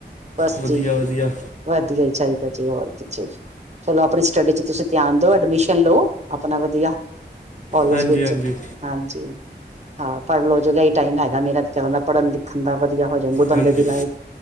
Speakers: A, on the right; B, on the left.
A: ਬਸ
B: ਵਧੀਆ
A: ਜੀ।
B: ਵਧੀਆ
A: ਵਧੀਆ ਈ ਚਾਈਦਾ ਜੀ, ਹੋਰ ਕੀ ਜੀ, ਚਲੋ ਆਪਣੀ ਸਟੱਡੀ ਚ ਤੁਸੀਂ ਧਿਆਨ ਦਿਓ, ਐਡਮਿਸ਼ਨ ਹੈਲੋ, ਆਪਨਾ ਵਧੀਆ ਕੋਲਜ
B: ਹਾਂਜੀ
A: ਵਿੱਚ,
B: ਹਾਂਜੀ
A: ਹਾਂਜੀ। ਹਾਂ, ਪੜ੍ਹ ਲੋ ਜੇੜਾ ਟਾਈਮ ਹੈਗਾ ਮੇਹਨਤ ਕਰਨ ਦਾ ਪੜ੍ਹਨ ਲਿਖਣ ਦਾ, ਵਧੀਆ ਹੋ ਜਾਊ, ਬੰਦੇ
B: ਹਾਂਜੀ
A: ਦੀ ਲਾਈਫ